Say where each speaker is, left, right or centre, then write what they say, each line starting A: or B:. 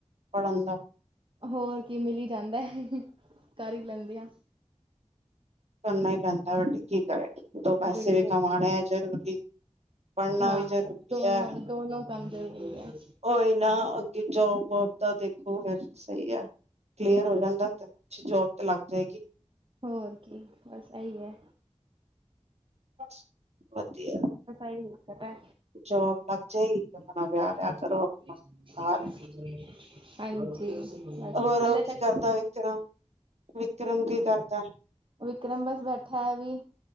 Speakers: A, on the right; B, on the right.
A: ਪੜਨ ਦਾ।
B: ਹੋਰ ਕੀ ਮਿਲ ਹੀ ਜਾਂਦਾ ਹੈ ਕਰ ਹੀ ਲੈਂਦੇ ਆ।
A: ਕਰਨਾ ਹੀ ਪੈਂਦਾ। ਠੀਕ ਹੈ ਦੋ ਪੈਸੇ
B: ਬਿਲਕੁਲ
A: ਵੀ ਕਮਾਉਣੇ
B: ਬਿਲਕੁਲ
A: ਹੈ ਜਰੂਰੀ, ਪੜਨਾ
B: ਹਾਂ
A: ਵੀ ਜ਼ਰੂਰੀ
B: ਦੋਨੋ
A: ਹੈ।
B: ਦੋਨੋ ਕੰਮ ਜ਼ਰੂਰੀ ਹੈ।
A: ਕੋਈ ਨਾ ਅੱਗੇ ਜੋਬ ਤਾਂ ਦੇਖੋ ਫਿਰ ਸਹੀ ਆ, ਕਲੀਅਰ ਹੋ ਜਾਂਦਾ ਤਾਂ ਜੋਬ ਤੇ ਲੱਗ ਜਾਏਗੀ।
B: ਹੋਰ ਕੀ ਆ, ਬਸ ਏਹੀ ਆ।
A: ਬਸ ਵਧੀਆ,
B: ਇਹੀ ਦਿੱਕਤ ਹੈ
A: ਜੋਬ ਲੱਗ ਜਾਏਗੀ।
B: <unintelligible>
A: ਆਪਣਾ ਵਿਆਹ ਵਿਆਹ ਕਰੋ ਆਪਣਾ ਘਰ
B: ਹਾਂਜੀ,
A: ਹੋਰ ਉਹ
B: ਹਾਲੇ।
A: ਕੀ ਕਰਦਾ ਵਿਕਰਮ, ਵਿਕਰਮ ਕੀ ਕਰਦਾ।
B: ਵਿਕਰਮ ਬਸ ਬੈਠਾ ਹੈ ਵੀ।